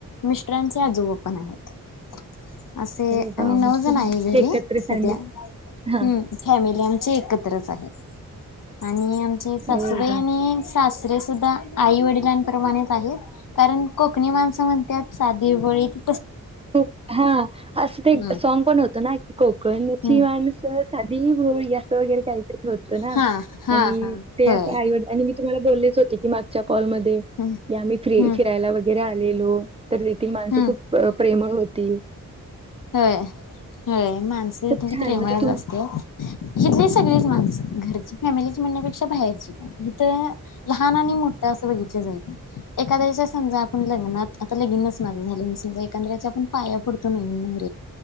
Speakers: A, on the left; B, on the right.
A: मिस्ट रांचे आजोबा पण आहेत. असे
B: अरे
A: आम्ही
B: वा म्हणजे
A: नऊ जण
B: तुम्ही
A: आहे
B: देखील
A: घरी
B: एकत्र
A: सध्या
B: फॅमिली हा
A: हम्म फॅमिली आमची एकत्रच आहे आणि आची
B: अरे
A: सासबा
B: वा
A: आणि सास दुरे सुद्धा आई वडिलांपमाणेच आहेत कारण कोकणी माणसं म्हणतात साधी वळीत
B: खू हा असं ते
A: हम्म.
B: सॉग पण होत ना खूप कोकण्ची
A: हम्म
B: माणसं साधी भोळी असं वगैरे खायचं होत ना
A: हा हा
B: आणि
A: हा
B: ते
A: होय
B: अस आईव मी तुम्हाला बोललेच होते की मागच्या कॉलमध्येध्ये
A: हम्म
B: की आम्ही फ
A: हम्म
B: फिरायला वगैरे आलेलो तर तेथील माणसं
A: हम्म
B: खूप प्रेमळ होती
A: हय हय माणस
B: तर
A: त
B: छान
A: प्रेमळ
B: म्हणजे तुम
A: असते हथले सगळेच माणसं घरची फॅमिलीची म्हणण्यापेक्षा बाहेरची पण हिथ लहान आणि मोठं असं बघितलं जाय
B: ह
A: एखद्याच्या समजा आपण लग्ना आता लगनच मजा झाली समजा एकादच्या आपण पाया पडतो लगन लग्न